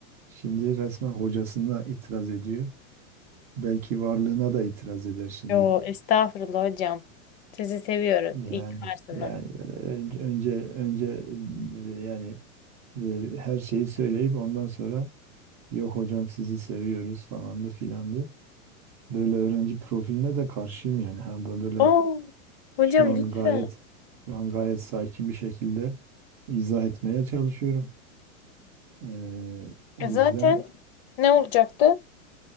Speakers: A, on the right; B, on the left.
A: şimdi resmen hocasına itiraz ediyor. Belki varlığına da itiraz eder şimdi.
B: Yo estağfurullah hocam sizi seviyoruz
A: Yani
B: İyi ki varsınız.
A: yani böyle önce önce, önce e, yani e, her şeyi söyleyip ondan sonra yok hocam sizi seviyoruz falandı filandı. böyle öğrenci profiline de karşıyım yani. Ha, bö- böyle
B: Aa, hocam
A: şu an
B: lütfen.
A: gayet şu an gayet sakin bir şekilde izah etmeye çalışıyorum. Ee, o
B: E zaten
A: yüzden
B: ne olacaktı?